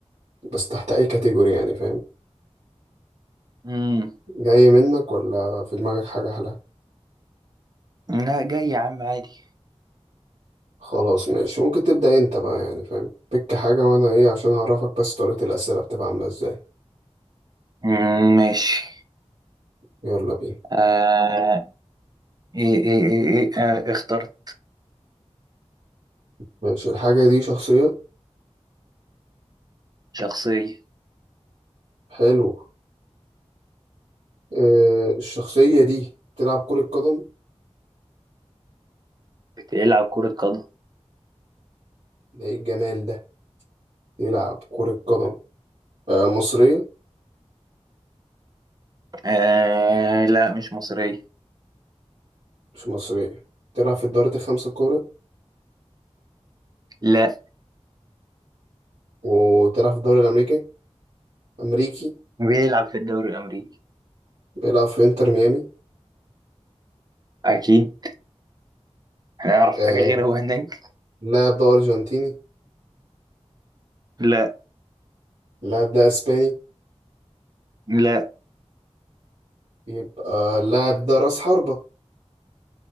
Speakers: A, on the right; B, on the right.
A: بس تحت اي كاتيجوري يعني فاهم
B: امم
A: جاي منك ولا في دماغك حاجه احلى
B: لا جاي يا عم عادي
A: خلاص ماشي ممكن تبدأ انت بقى يعني فاهم بك حاجة وانا ايه عشان اعرفك بس طريقة الأسئلة بتبقى عاملة ازاي
B: مم، ماشي
A: يلا بينا
B: آه ايه ايه ايه, إيه آه اخترت
A: ماشي الحاجة دي شخصية
B: شخصيه
A: حلو آه الشخصية دي تلعب كرة قدم
B: بتلعب كره قدم
A: ده ايه الجمال ده يلعب كرة قدم آه مصرية
B: آه لا مش مصريه
A: مش مصرية تلعب في الدوري الخمسة الكبرى
B: لا
A: وتلعب في الدوري الأمريكي أمريكي
B: بيلعب في الدوري الامريكي
A: بيلعب في انتر ميامي
B: اكيد هيعرف
A: آه
B: حاجه غير هو هناك
A: اللاعب ده أرجنتيني
B: لا
A: اللاعب ده أسباني
B: لا
A: يبقى اللاعب ده رأس حربة